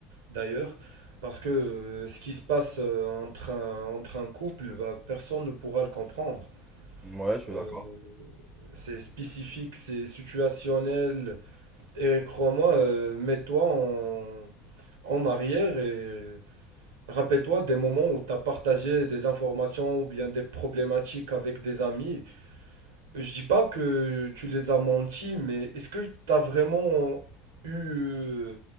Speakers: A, on the right (about 80°); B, on the right (about 15°).
A: d'ailleurs. Parce que euh, ce qui se passe euh, entre un, entre un couple, bah, personne ne pourra le comprendre.
B: Ouais, je suis
A: Euh,
B: d'accord.
A: c'est spécifique, c'est situationnel. Et crois-moi, euh, mets-toi en, en arrière et. Rappelle-toi des moments où tu as partagé des informations ou bien des problématiques avec des amis. Je dis pas que tu les as menti, mais est-ce que tu as vraiment eu euh,